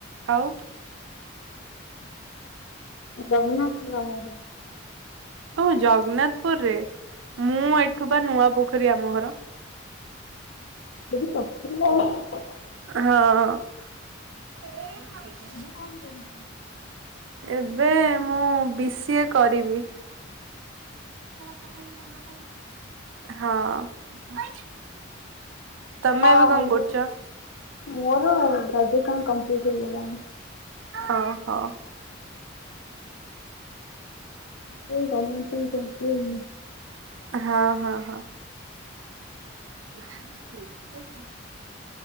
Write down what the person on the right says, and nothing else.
ଆଉ।
ଓହୋ ଜଗନ୍ନାଥପୁରରେ। ମୁଁ ଏଠୁ ବା ନୂଆ ପୋଖରୀ ଆମ ଘର।
ହଁ।
ଏବେ ମୁଁ ବି ସି ଏ କରିବି। <inaudible> ହଁ। ତମେ
ଏବେ କଣ
କରୁଛ?
ଓହୋ।
ହଁ ହଁ ହଁ। ନା ସ୍କୁଲ ଟା